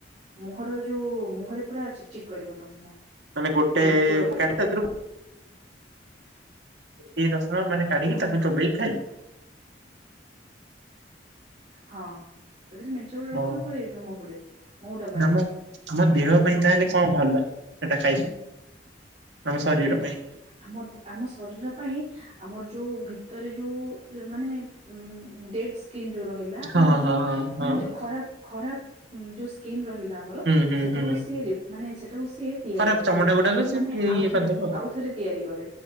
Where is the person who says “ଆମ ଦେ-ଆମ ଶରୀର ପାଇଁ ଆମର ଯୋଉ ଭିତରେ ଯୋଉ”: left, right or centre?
Right